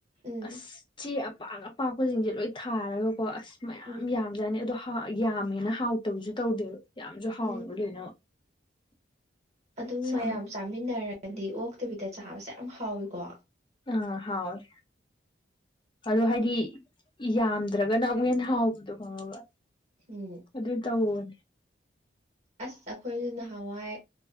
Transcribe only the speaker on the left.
ꯑꯁ ꯆꯦ ꯑꯄꯥꯛ ꯑꯄꯥꯛꯄꯁꯤꯡꯁꯦ ꯂꯣꯏ ꯊꯥꯔꯒꯀꯣ ꯑꯁ ꯃꯌꯥꯝ
ꯌꯥꯝꯖꯅꯤ ꯑꯗꯣ ꯌꯥꯝꯃꯦꯅ ꯍꯥꯎꯇꯕꯁꯨ ꯇꯧꯗꯦꯕꯣ ꯌꯥꯝꯁꯨ ꯍꯥꯎ
ꯂꯩꯅꯣ
ꯁ
ꯑ ꯍꯥꯎꯑꯦ ꯑꯗꯣ ꯍꯥꯏꯗꯤ ꯌꯥꯝꯗ꯭ꯔꯒꯅ ꯑꯃꯨꯛ ꯍꯦꯟꯅ ꯍꯥꯎꯕꯗꯣ ꯈꯪꯉꯕ
ꯑꯗꯨ ꯇꯧꯑ